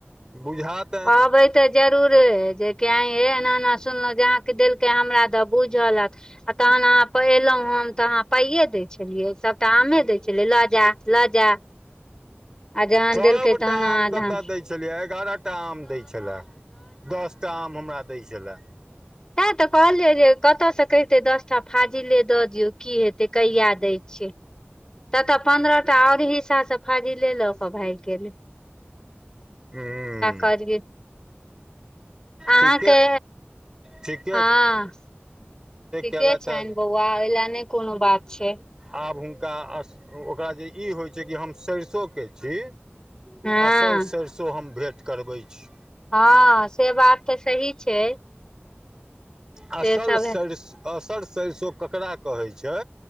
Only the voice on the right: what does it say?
बुझा त
सभटा
आम
कतय दै छलियै एगारह टा आम देै छले दस टा आम हमरा दै छले
हू
ठीके ठीक
कयलथि
आब हुनका ओकरा जे ई होइत छै कि हम सरिसोके छी
असल सरसों हम भेँट करबै छी
असल
सरस असल सरसों केकरा कहै छै